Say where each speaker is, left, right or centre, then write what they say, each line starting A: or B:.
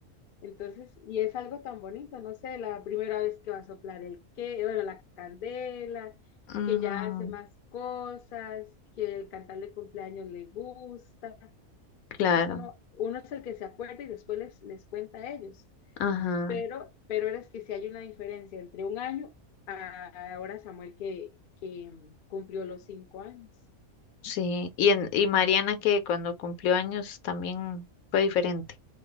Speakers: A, on the left; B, on the left.
A: Entonces, y es algo tan bonito, no sé, la primera vez que va a soplar el que, bueno, la candela,
B: ujú,
A: que ya hace más cosas, que el cantarle cumpleaños le gusta.
B: claro,
A: Entonces uno, uno es el que se acuerda y después les, les cuenta a ellos.
B: ajá,
A: Pero, pero eras que sí hay una diferencia entre un año a ahora Samuel que, que mm, cumplió los cinco años.
B: sí. Y, en, y Mariana que cuando cumplió años también fue diferente.